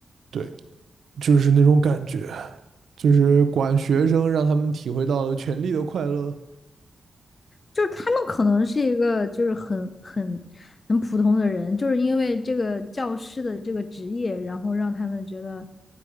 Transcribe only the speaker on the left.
就是他们可能是一个就是很很很普通的人，就是因为这个教师的这个职业，然后让他们觉得